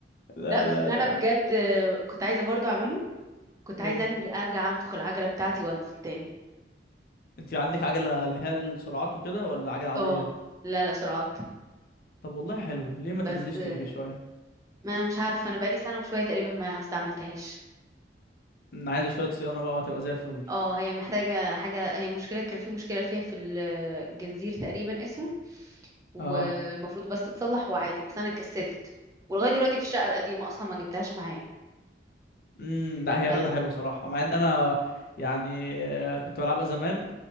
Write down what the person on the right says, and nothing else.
لا بس
اللي
انا بجد
آه، كنت عايزة برضو اعمله كنت عايزة
أنج- ارجع انفخ العجلة بتاعتي وانزل تاني
اه لا لا سرعات
بس
آه،
ما مش عارفة انا بقالي سنة وشوية تقريبا ما استعملتهاش
اه هي محتاجة حاجة هي مشكلة كان في مشكلة فيها في الجنزير تقريبا اسمه والمفروض
بس تتصلح وعادي بس انا كسلت ولغاية دلوقتي في الشقة القديمة اصلا ما جبتهاش معايا
ف